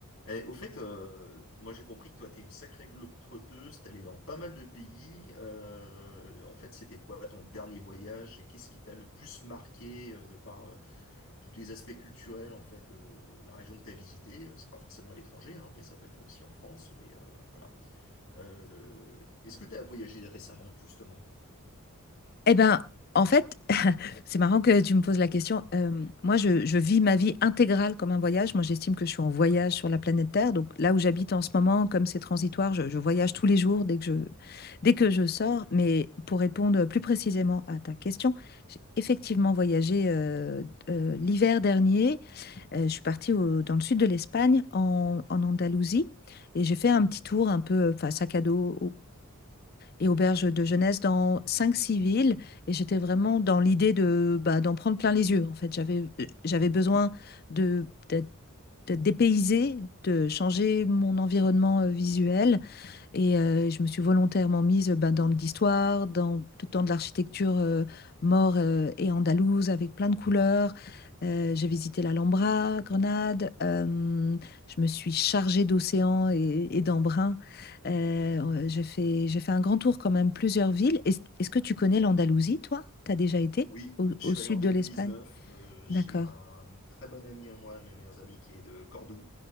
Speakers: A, on the left (about 70°); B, on the left (about 45°).
A: Eh, au fait, euh, moi j'ai compris que toi t'es une sacrée globe-trotteuse, t'es allé dans pas mal de pays. Euh, en fait, c'était quoi ton dernier voyage et qu'est-ce qui t'a le plus marqué euh, de par euh, tous les aspects culturels en fait de la région que t'as visitée? Euh, C'est pas forcément à l'étranger, hein, mais ça peut être aussi en France. Mais euh, voilà. Euh, est-ce que t'as voyagé récemment justement?
B: Eh ben, en fait, <laughs> c'est marrant que tu me poses la question. Euh, moi, je, je vis ma vie intégrale comme un voyage. Moi, j'estime que je suis en voyage sur la planète Terre. Donc là où j'habite en ce moment, comme c'est transitoire, je, je voyage tous les jours dès que je, dès que je sors. Mais pour répondre plus précisément à ta question, j'ai effectivement voyagé euh, euh, l'hiver dernier. Euh, je suis partie au- dans le sud de l'Espagne, en, en Andalousie, et j'ai fait un petit tour un peu, euh, enfin, sac à dos, et auberge de jeunesse dans cinq 6 villes. Et j'étais vraiment dans l'idée de, bah, d'en prendre plein les yeux. En fait, j'avais, euh, j'avais besoin de, d'être, d'être dépaysée, de changer mon environnement euh, visuel et euh, je me suis volontairement mise ben, dans de l'histoire, dans, dans de l'architecture euh, maure euh, et andalouse avec plein de couleurs. Euh, j'ai visité l'Alhambra, Grenade. euh, je me suis chargée d'océan et, et d'embrun. Euh, j'ai fait, j'ai fait un grand tour quand même, plusieurs villes. Est- Est-ce que tu connais l'Andalousie, toi? Tu as déjà été
A: Oui,
B: au,
A: je
B: au
A: suis
B: sud
A: allé en 2019.
B: de l'Espagne?
A: euh, j'ai
B: D'accord.
A: un très bon ami à moi, un de mes meilleurs amis qui est de Cordoue.